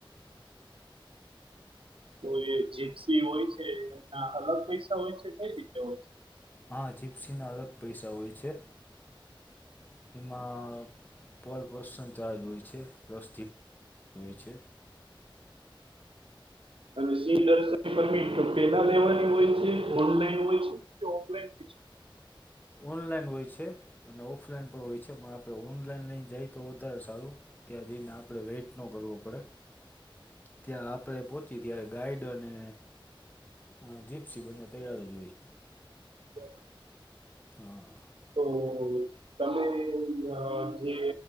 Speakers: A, on the right (about 85°); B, on the left (about 20°).
A: તો જીપ્સી હોય છે એના અલગ પૈસા હોય છે કઈ રીતે હોય છે.
B: હા જીપ્સીના અલગ પૈસા હોય છે. એમાં પર પર્સન ચાર્જ હોય છે <unintelligible> થી હોય છે.
A: અને સિંહ જગલ સફારી તો પેલા લેવાની હોય છે, ઓનલાઈન હોય છે. આપડે
B: ઓનલાઈન હોય છે. અને ઓફલાઈન પણ હોય છે પણ આપણે ઓનલાઈન લઈને જાય તો વધારે સારું. ત્યાં જઈને આપણે વેઇટ ન કરવો પડે. ત્યાં આપણે પહોંચી ત્યારે ગાઈડ અને અ જીપ્સી બંને તૈયાર જ હોઈ.
A: <unintelligible>
B: હા.
A: થોડું <unintelligible> તમે અ જે